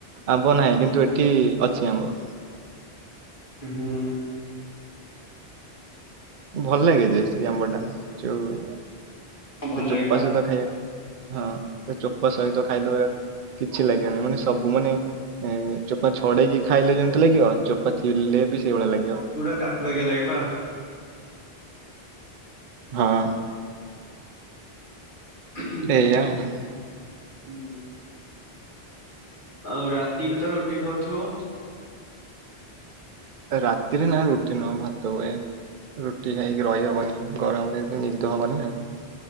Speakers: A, on the right; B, on the left.
A: ଆମ୍ବ ନାହିଁ କିନ୍ତୁ ଏଠି ଅଛି ଆମ୍ବ।
B: ହୁଁ।
A: ଭଲ ଲାଗେ ଯେ ସେ ଆମ୍ବ ଟା ଯୋଉ
B: ଭଲ
A: ତା
B: ଲାଗେ
A: ଚୋପା
B: ପା
A: ସହିତ ଖାଇବା। ହଁ ତା ଚୋପା ସହିତ ଖାଇଦବ କିଛି ଲାଗିବନି ମାନେ ସବୁ ମାନେ। ଏ ଚୋପା ଛଡେଇକି ଖାଇଲେ ଯେମିତି ଲାଗିବ ଚୋପା ଥିଲେ ବି ସେଇଭଳିଆ ଲାଗିବ।
B: ପୁରା କାକୁଡି ବାଗିଆ ଲାଗେ ପା।
A: ହଁ।
B: <inaudible>
A: ଏଇୟା ଆଉ।
B: ହୁଁ। ଆଉ ରାତି ବି ତ ରୁଟି ଖାଉଥିବ।
A: ରାତିରେ ନା ରୁଟି ନୁହଁ ଭାତ ହୁଏ। ରୁଟି ଖାଇକି ରହିହବନି ଗରମରେ ଏତେ ନିଦ ହବନି ନା।